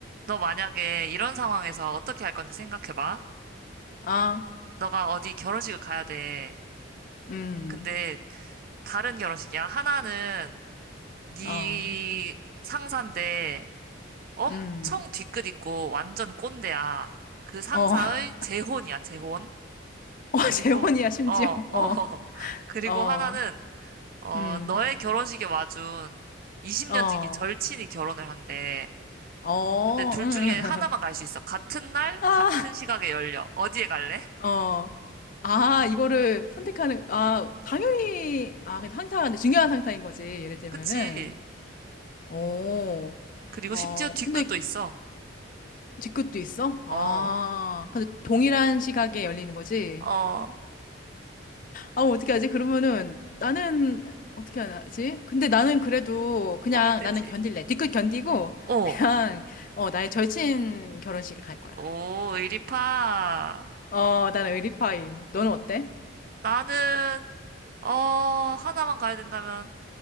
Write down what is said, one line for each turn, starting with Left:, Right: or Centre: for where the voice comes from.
Right: 너 만약에 이런 상황에서 어떻게 할 건지 생각해봐.
Left: 아,
Right: 너가 어디 결혼식을 가야 돼.
Left: 음,
Right: 근데 다른 결혼식이야. 하나는 네
Left: 어,
Right: 상사인데 엄청
Left: 음,
Right: 뒤끝 있고 완전 꼰대야. 그 상사의
Left: 어,
Right: 재혼이야,
Left: <laughs>
Right: 재혼.
Left: 어,
Right: 그리고
Left: 재혼이야, 심지어.
Right: 어, 어.
Left: 어,
Right: <laughs> 그리고
Left: 어,
Right: 하나는 어,
Left: 음,
Right: 너의 결혼식에 와준 20년
Left: 어,
Right: 지기 절친이 결혼을 한대.
Left: 어,
Right: 근데 둘
Left: 음,
Right: 중에 하나만 갈 수 있어. 같은 날,
Left: <laughs> 아,
Right: 같은 시각에 열려. 어디에 갈래?
Left: 어, 아, 이거를 선택하는, 아, 당연히, 아,
Right: 어.
Left: 그 상사가 근데 중요한 상사인 거지, 예를 들면은.
Right: 그치.
Left: 오,
Right: 그리고
Left: 어,
Right: 심지어 뒤끝도
Left: 근데
Right: 있어.
Left: 직급도 있어? 아,
Right: 어,
Left: 근데 동일한 시각에 열리는 거지?
Right: 어,
Left: 아, 어떻게 하지? 그러면은 나는 어떻게 하지? 근데 나는 그래도 그냥
Right: 고민되지.
Left: 나는 견딜래. 뒤끝 견디고
Right: 어,
Left: <laughs> 그냥 어, 나의 절친 결혼식에 갈 거야.
Right: 오, 이리파.
Left: 어, 나는 의리파임. 너는 어때?
Right: 나는, 어, 하나만 가야 된다면.